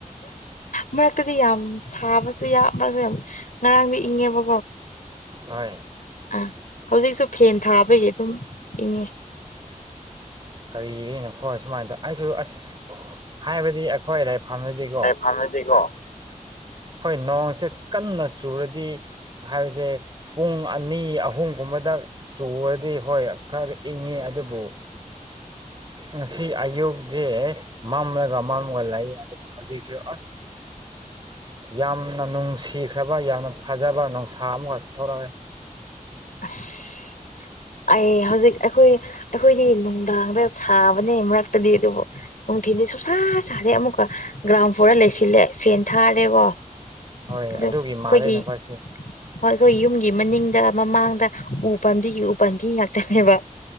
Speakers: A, on the left; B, on the right.
A: ꯃꯔꯛꯇꯗꯤ ꯌꯥꯝ ꯁꯥꯕꯁꯨ ꯃꯔꯁꯨ ꯌꯥꯝ ꯉꯔꯥꯡꯗꯤ ꯏꯪꯉꯦꯕ
B: ꯍ
A: ꯑꯥ ꯍꯧꯖꯤꯛꯁꯨ ꯐꯦꯟ ꯊꯥꯕꯒꯤ ꯑꯗꯨꯝ ꯏꯪꯉꯦ
B: ꯀꯔꯤꯒꯤꯅꯣ ꯈꯣꯏ ꯁꯨꯃꯥꯏꯅ ꯇꯧ ꯑꯩꯁꯨ ꯑꯁ ꯍꯥꯏꯕꯗꯤ ꯑꯩꯈꯣꯏ ꯂꯩꯐꯝꯗꯗꯤꯀꯣ
A: ꯑꯩ ꯐꯥꯝꯅꯗꯦꯀꯣ
B: ꯍꯣꯏ ꯅꯣꯡꯁꯦ ꯀꯟꯅ ꯆꯨꯔꯗꯤ ꯍꯥꯏꯕꯁꯦ ꯄꯨꯡ ꯑꯅꯤ ꯑꯍꯨꯝꯒꯨꯝꯕ ꯃꯗꯛ ꯆꯨꯔꯗꯤ ꯍꯣꯏ ꯈꯔ ꯏꯪꯉꯤ ꯑꯗꯨꯕꯨ ꯉꯁꯤ ꯑꯌꯨꯁꯦ ꯃꯝꯂꯒ ꯃꯝꯂꯒ ꯂꯩ ꯑꯗꯨꯕꯨ ꯍꯧꯖꯤꯛꯁꯦ ꯑꯁ ꯌꯥꯝꯅ ꯅꯨꯡꯁꯤꯈ꯭ꯔꯕ ꯌꯥꯝꯅ ꯐꯖꯕ ꯅꯨꯡꯁꯥ ꯑꯃꯈꯛ ꯊꯣꯛꯂꯛꯑꯦ
A: <unintelligible> ꯑꯩ ꯍꯧꯖꯤꯛ ꯑꯩꯈꯣꯏ ꯑꯩꯈꯣꯏꯗꯤ ꯅꯨꯡꯗꯥꯡꯗ ꯁꯥꯕꯅꯦ ꯃꯔꯛꯇꯗꯤ ꯑꯗꯨꯕꯨ ꯅꯨꯡꯊꯤꯟꯜꯗꯤ ꯁꯨꯡꯁꯥ ꯁꯥꯗꯩ ꯑꯃꯨꯛꯀ ꯒ꯭ꯔꯥꯎꯟ ꯐ꯭ꯂꯣꯔ ꯂꯩꯁꯤꯜꯂꯦ ꯐꯦꯟ ꯊꯥꯔꯦꯀꯣ ꯑ ꯑꯩꯈꯣꯏꯒꯤ
B: ꯍꯣꯏ ꯑꯗꯨꯒꯤ ꯃꯥꯜꯂꯦ ꯅꯈꯣꯏꯁꯦ
A: ꯍꯣꯏ ꯑꯩꯈꯣꯏꯒꯤ ꯌꯨꯝꯒꯤ ꯃꯅꯤꯡ ꯃꯃꯥꯡꯗ ꯎ ꯄꯥꯝꯕꯤꯒꯤ ꯎ ꯄꯥꯝꯕꯤ ꯉꯥꯛꯇꯅꯦꯕ